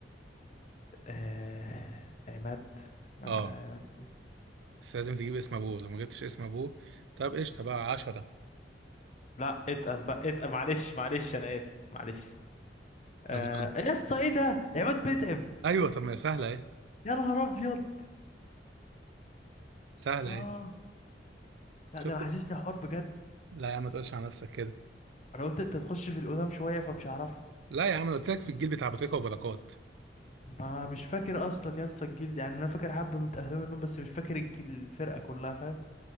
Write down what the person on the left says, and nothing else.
آه... عماد ما...
عماد
لا اتقل بقى اتقل معلش معلش انا اسف معلش آه...
يا اسطى ايه ده عماد بيتعب
يا نهار ابيض
اه
لا
ده انا حاسسني حوار بجد
انا قلت انت تخش في القدام شويه فمش هعرفه
ما مش فاكر اصلا يا اسطى الجيل يعني انا فاكر حبه من اسامي منهم بس مش فاكر الجيل الفرقه كلها فاهم